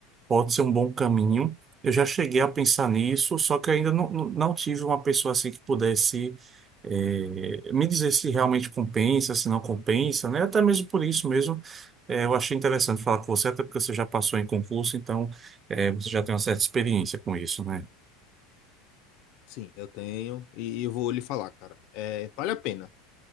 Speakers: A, on the right (about 30°); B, on the left (about 60°).
A: Pode ser um bom caminho. Eu já cheguei a pensar nisso, só que ainda não, não não tive uma pessoa assim que pudesse eh, me dizer se realmente compensa, se não compensa, né? Até mesmo por isso mesmo, eh, eu achei interessante falar com você, até porque você já passou em concurso, então eh, você já tem uma certa experiência com isso, né?
B: Sim, eu tenho e eu vou lhe falar, cara. É, vale a pena.